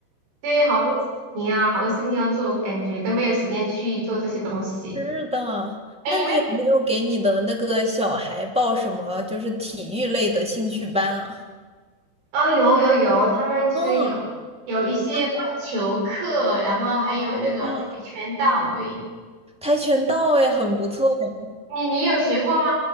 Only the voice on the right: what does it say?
对，好多事情啊，好多事情要做，感觉都没有时间去做这些东西。
哎，
你们哦，有有有，他们就是有
有一些棒球课，
然后还有那个跆拳道，
对
你你有学过吗？